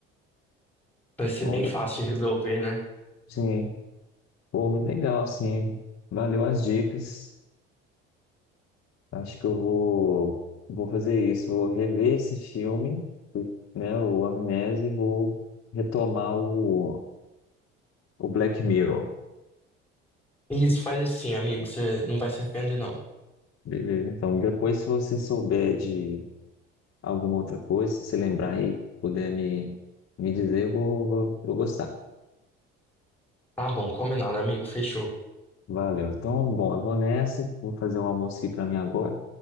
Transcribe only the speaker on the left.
Bom,
né?
sim. Pô, muito legal, sim. Valeu as dicas. Acho que eu vou, vou fazer isso. Vou rever esse filme, né? O Amnésia, e vou retomar o, o Black Mirror.
Beleza? Então, depois, se você souber de alguma outra coisa, se você lembrar aí, puder me, me dizer, eu vou, vou, vou gostar.
Valeu. Então, bom, eu vou nessa. Vou fazer um almoço aqui para mim agora.